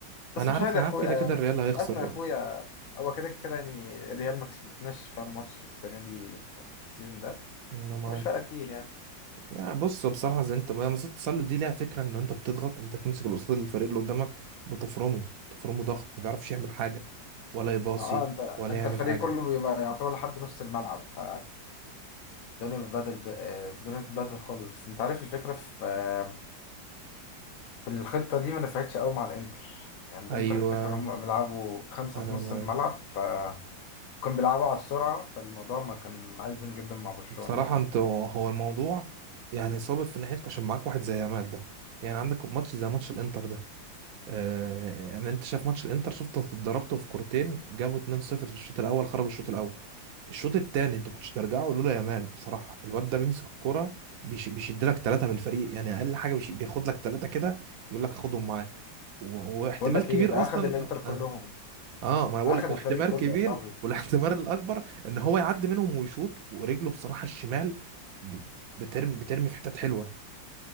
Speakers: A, on the left; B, on the right.
A: بس
B: انا عارف
A: مش عادي
B: انا
A: يا اخويا
B: عارف كده كده
A: آه، مش
B: الريال هيخسر
A: مش ازمه يا اخويا هو كده كده يعني ريال ما كسبتناش في الماتش السنه دي في السيزون ده
B: انا معاك
A: مش فارقه كتير يعني
B: يعني بص بصراحه زي انت ما مصيدة التسلل دي ليها فكره ان انت بتضغط انت بتمسك القصاد الفريق اللي قدامك بتفرمه تفرمه ضغط ما بيعرفش يعمل حاجه ولا يباصي
A: ما اه انت انت
B: ولا يعمل
A: الفريق
B: حاجه
A: كله بيبقى يعتبر لحد نص الملعب ف الدنيا بتبدل آه، الدنيا بتبدل خالص بس انت عارف الفكره في آه، في الخطه دي ما نفعتش قوي مع الانتر يعني الانتر
B: ايوه
A: الفكره ان هم بيلعبوا خمسه
B: انا
A: في نص
B: معاك.
A: الملعب ف كانوا بيلعبوا على السرعه فالموضوع ما كان مأزم جدا مع برشلونه
B: بصراحه
A: يعني
B: انت هو الموضوع يعني صابب في ناحيتك عشان معاك واحد زي يامال ده يعني عندك ماتش زي ماتش الانتر ده آه يعني انت شايف ماتش الانتر شفت انت اتضربته في كورتين جابوا 2-0 في الشوط الاول خرجوا الشوط الاول الشوط التاني انت كنتش ترجعه لولا يامال بصراحه الواد ده بيمسك الكوره بيش بيشد لك ثلاثه من الفريق يعني اقل حاجه بيش بياخد لك ثلاثه كده يقول لك خدهم معاه و... واحتمال
A: بقول لك
B: كبير
A: ايه ده
B: اصلا
A: اخد الانتر كلهم
B: اه, آه ما انا بقول
A: اخد
B: لك
A: الفريق
B: واحتمال
A: كله
B: كبير
A: يا صاحبي
B: والاحتمال الاكبر ان هو يعدي منهم ويشوط ورجله بصراحه الشمال ب... بترمي بترمي في حتت حلوه